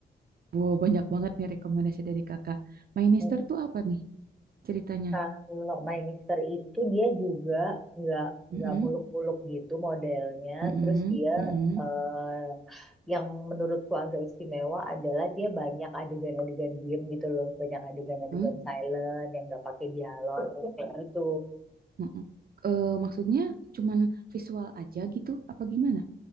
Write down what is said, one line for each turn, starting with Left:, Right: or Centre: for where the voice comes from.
Right: Wow, banyak banget nih rekomendasi dari kakak. Minister
Centre: Hmm,
Right: tuh apa nih ceritanya?
Centre: Kalau My Mister itu dia juga nggak
Right: Mm-mm,
Centre: nggak muluk-muluk gitu modelnya.
Right: mm-mm,
Centre: Terus dia
Right: mm-mm,
Centre: eh, yang menurutku agak istimewa adalah dia banyak adegan-adegan diem gitu loh, banyak adegan-adegan
Right: huh?
Centre: silent yang nggak pakai dialog kayak gitu.
Right: Mm-mm. Eh, maksudnya cuman visual aja gitu? Apa gimana?